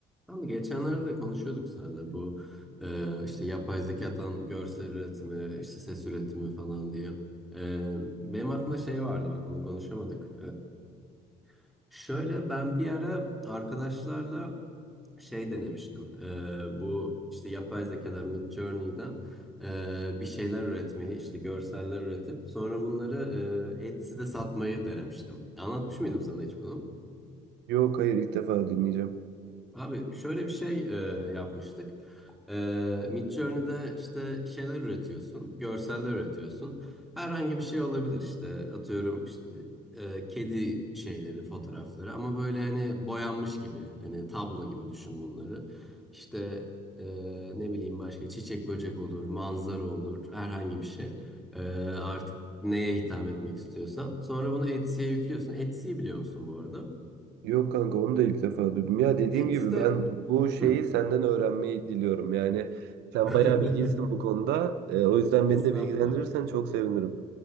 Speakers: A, in the centre; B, on the right.
A: Ama geçenlerde de konuşuyorduk seninle bu e, işte yapay zekadan görsel üretimi, işte ses üretimi falan diye. E, benim aklımda şey vardı bak onu konuşamadık. E, şöyle ben bir ara arkadaşlarla şey denemiştim. Ee, bu işte yapay zekadan Midjourney'den e, bir şeyler üretmeyi, işte görseller üretip sonra bunları e, Etsy'de satmayı denemiştim. Anlatmış mıydım sana hiç bunu?
B: Yok hayır ilk defa dinleyeceğim.
A: Abi şöyle bir şey e, yapmıştık. E, Midjourney'de işte şeyler üretiyorsun, görseller üretiyorsun. Herhangi bir şey olabilir işte. Atıyorum işte e, kedi şeyleri, fotoğrafları ama böyle hani boyanmış gibi, hani tablo gibi düşün bunları. İşte e, ne bileyim başka çiçek böcek olur, manzara olur, herhangi bir şey. E, artık neye hitap etmek istiyorsan. Sonra bunu Etsy'ye yüklüyorsun. Etsy'yi biliyor musun bu arada?
B: Yok kanka onu da ilk defa duydum. Ya dediğim
A: Etsy'de
B: gibi ben bu şeyi
A: Hı.
B: senden öğrenmeyi diliyorum. Yani sen
A: <laughs>
B: bayağı bilgilisin bu konuda. E, o yüzden
A: Estağfurullah.
B: beni de bilgilendirirsen çok sevinirim.